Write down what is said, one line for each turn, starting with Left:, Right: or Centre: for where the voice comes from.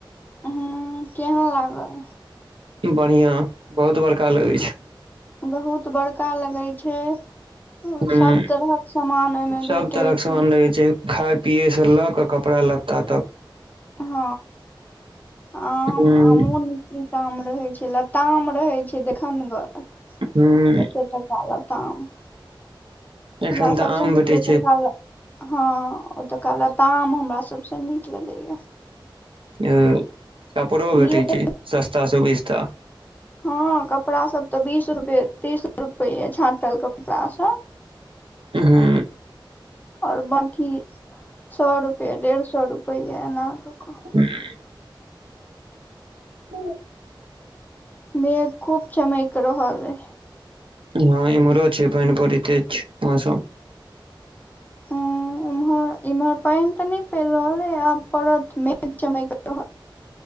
Left: हुं केहन लागल
Right: बढ़िआ‌ बहुत बड़का लगैय छैय
Left: बहुत बड़का लगेय छैय ओ
Right: हुँ
Left: सभ तरहक समान ओइहमे
Right: सब
Left: भेटैत
Right: तरहक
Left: छैय
Right: सामान रहै छै खाय पिय स ल क कपड़ा लत्ता तक
Left: ह आ
Right: हुँ
Left: बड नीक नीक आम रहे छैय लताम रहे छैय देखनगर
Right: हूँ
Left: एते त टा लताम
Right: एखन
Left: हमरा
Right: तऽ
Left: सब
Right: आम
Left: स नीक
Right: भेटै
Left: ओतका
Right: छै
Left: ल ह ओतका लताम हमरा सब स नीक लगैया
Right: अ कपरो भेटैय
Left: मेघ
Right: छैय सस्ता सुबिस्ता
Left: ह कपड़ा सब त बीस रूपैय तीस रुपयै छाँटल कपड़ा सब
Right: उ हू
Left: और बांकी सौ रुपैय डेढ़ सौ रुपैय ऐना क‌अ क
Right: <inaudible> <inaudible>
Left: मेघ खूब चनैक रहलैह ऐय
Right: ह इम्हरो छैय पाइन परैत बहुत तेज और सब
Left: ह उम्हर इम्हर पायन त नय पैयर रहल एय आब पड़त मेघ चमक रहल